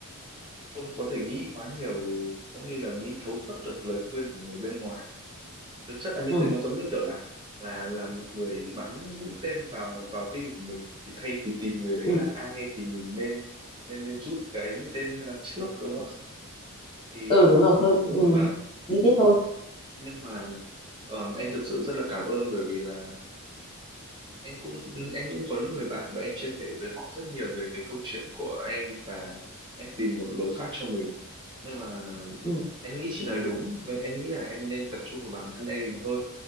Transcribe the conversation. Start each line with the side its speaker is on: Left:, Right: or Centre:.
Right: không có thể nghĩ quá nhiều cũng như là nghĩ thấu suốt được lời khuyên của người bên ngoài thực chất là như
Left: ừ
Right: thế nó giống như kiểu là là là một người bắn mũi tên vào vào tim của mình thì thay vì tìm người đấy
Left: ừ
Right: là ai thì mình nên nên nên rút cái mũi tên ra đằng trước đúng không thì
Left: ừ đúng rồi thôi ừ,
Right: vâng
Left: đi tiếp thôi
Right: nhưng mà ờ, em thực sự rất là cảm ơn bởi vì là em cũng em cũng có những người bạn và em chia sẻ với họ rất nhiều về cái câu chuyện của em và em tìm một lối thoát cho mình nhưng mà
Left: ừ
Right: em nghĩ chị nói đúng vậy em nghĩ là em nên tập trung vào bản thân em nhiều hơn